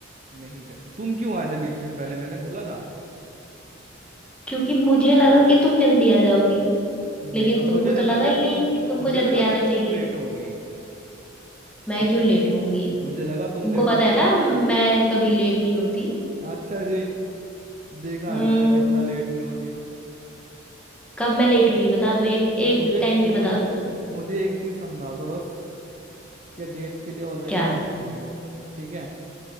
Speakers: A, on the right (about 35°); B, in the centre.
A: नहीं थे तो तुम क्यों आए थे बीस मिनट पहले मैंने बोला था
B: क्योंकि मुझे लगा कि तुम जल्दी आ जाओगे
A: नहीं
B: लेकिन
A: अब
B: तुमको
A: मुझे
B: तो
A: लगा
B: लगा
A: क्या तुम
B: ही नहीं कि तुमको
A: मुझे
B: जल्दी
A: लगा
B: आना
A: कि तुम
B: चाहिए
A: लेट होगी
B: मैं
A: ठीक
B: क्यों
A: है
B: लेट होंगी
A: मुझे लगा तुम
B: तुमको
A: लेट
B: पता
A: होगी
B: है ना मैं कभी लेट नहीं होती
A: अच्छा जी देखा
B: हम्म
A: है मैंने कितना लेट नहीं होती बस
B: कब मैं लेट हुई बता दो एक एक
A: मुझे
B: टाइम भी
A: मुझे
B: बता दो तो
A: मुझे एक चीज समझा दो बस क्या डेट के लिए ऑलरेडी
B: क्या
A: लेट है हम लोग ठीक है